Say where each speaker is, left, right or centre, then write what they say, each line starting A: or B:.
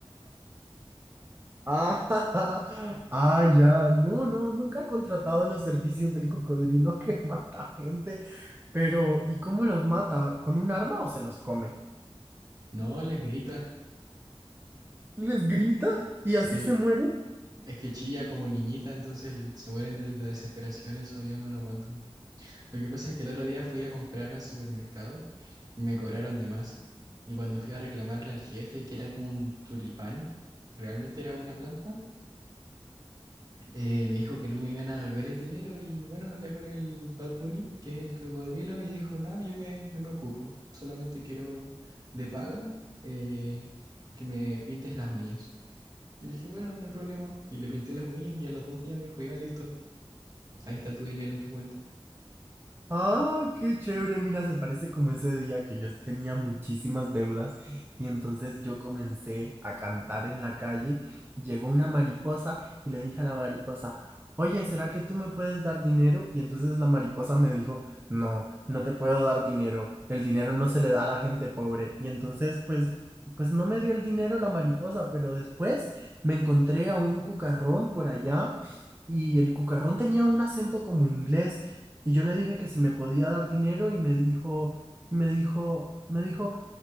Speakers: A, on the right; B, on the right.
A: Ah, <laughs> ah, ya, no, no, nunca he contratado los servicios del cocodrilo que <laughs> mata gente, pero ¿y cómo los mata? ¿Con un arma o se los come?
B: No, les grita.
A: ¿Les grita y
B: Sí.
A: así se muere?
B: Es que chilla como niñita, entonces el- se mueren de la desesperación, el sonido no lo aguantan. Lo que pasa es que el otro día fui a comprar al supermercado y me cobraron de más. Y cuando fui a reclamarle al jefe, que era como un tulipán, realmente era una planta, Eh, me dijo que no me iban a devolver el dinero y bueno, hablé con el Bad Bunny, que es el cocodrilo, y dijo, nada, yo me, yo me ocupo, solamente quiero de paga eh, que me pintes las uñas. Y le dije, bueno, no hay problema. Y le pinté las uñas y a los dos días me dijo, ya listo, ahí está tu dinero en tu cuenta.
A: Ah, qué chévere, mira, se parece como ese día que yo tenía muchísimas deudas y entonces yo comencé a cantar en la calle y llegó una mariposa y le dije a la mariposa, oye, ¿será que tú me puedes dar dinero? Y entonces la mariposa me dijo, no, no te puedo dar dinero, el dinero no se le da a la gente pobre. Y entonces, pues, pues no me dio el dinero la mariposa, pero después me encontré a un cucarrón por allá y el cucarrón tenía un acento como inglés. Y yo le dije que si me podía dar dinero y me dijo, y me dijo, me dijo,